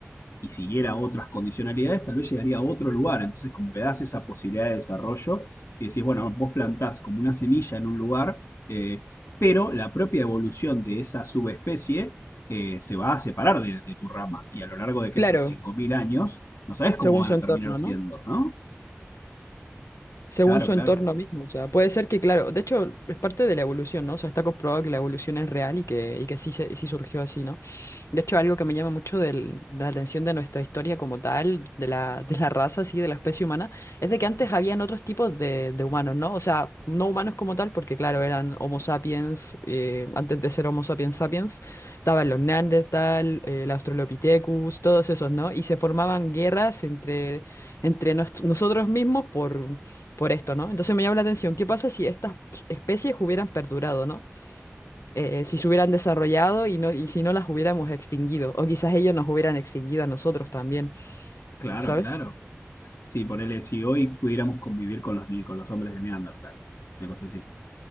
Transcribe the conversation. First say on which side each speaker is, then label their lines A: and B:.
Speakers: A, on the left; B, on the left.
A: y siguiera otras condicionalidades, tal vez llegaría a otro lugar. Entonces, como que das esa posibilidad de desarrollo y decís, bueno, vos plantás como una semilla en un lugar, eh, pero la propia evolución de esa subespecie eh, se va a separar de, de, tu rama. Y a lo largo de aquellos
B: Claro,
A: 5.000 años, no sabes
B: según
A: cómo van
B: su
A: a
B: entorno,
A: terminar siendo,
B: ¿no?
A: ¿no?
B: Según
A: Claro,
B: su
A: claro,
B: entorno mismo, o sea, puede ser que, claro, de hecho, es parte de la evolución, ¿no? O sea, está comprobado que la evolución es real y que, y que sí, se- sí surgió así, ¿no? De hecho, algo que me llama mucho del- de la atención de nuestra historia como tal, de la, de la raza, así, de la especie humana, es de que antes habían otros tipos de, de humanos, ¿no? O sea, no humanos como tal, porque claro, eran Homo sapiens, eh, antes de ser Homo sapiens sapiens, estaban los Neandertal, eh, el Australopithecus, todos esos, ¿no? Y se formaban guerras entre, entre nos- nosotros mismos por, por esto, ¿no? Entonces me llama la atención, ¿qué pasa si estas especies hubieran perdurado, ¿no? eh, si se hubieran desarrollado y, no, y si no las hubiéramos extinguido, o quizás ellos nos hubieran extinguido a nosotros también,
A: claro,
B: ¿sabes?
A: claro. Sí, ponele, si hoy pudiéramos convivir con los, ni- con los hombres de Neandertal, una cosa así.